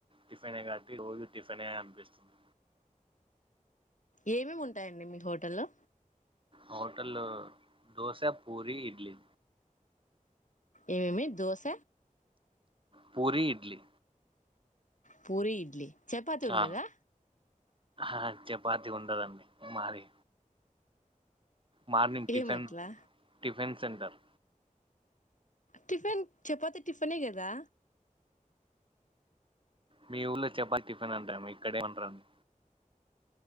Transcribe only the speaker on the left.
ఏం ఏం ఉంటాయండి మీ హోటల్లో
ఏమేమి దోశ
పూరి ఇడ్లి చపాతి ఉండదా
ఏమట్లా
టిఫిన్ చపాతి టిఫినే కదా